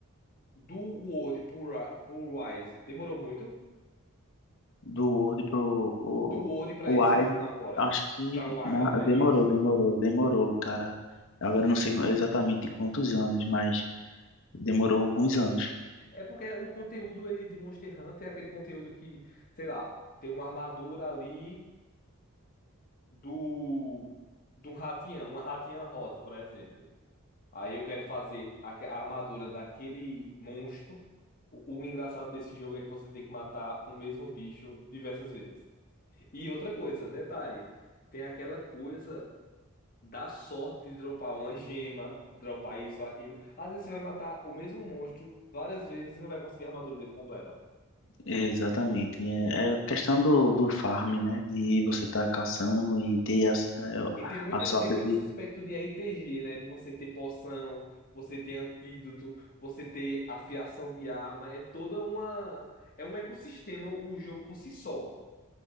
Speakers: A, on the left; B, on the left.
A: do Word pro, pro Wise demorou muito.
B: do Word pro o,
A: Do Word para
B: o
A: esse
B: Wise,
A: último agora,
B: acho que
A: para o Wild,
B: na-
A: né?
B: demorou,
A: Isso.
B: demorou, demorou, cara. Agora eu não sei exatamente quantos anos, mas demorou alguns anos.
A: É porque o conteúdo ele de Monster Hunter é aquele conteúdo que, sei lá, tem uma armadura ali do de um ratiã, uma ratinha rosa, por exemplo. Aí eu quero fazer a, a armadura daquele monstro. O, o engraçado desse jogo é que você tem que matar o mesmo bicho diversas vezes. E outra coisa, detalhe, tem aquela coisa da sorte de dropar uma gema, dropar isso ou aquilo. Às vezes você vai matar o mesmo monstro várias vezes e não vai conseguir a armadura dele completa.
B: É, Exatamente. É é questão do, do farm, né? De você estar caçando e ter a, é,
A: E tem muita,
B: a sorte
A: tem muito esse aspecto de RPG, né? De você ter poção, você ter antídoto, você ter afiação de arma. É toda uma. É um ecossistema o jogo por si só.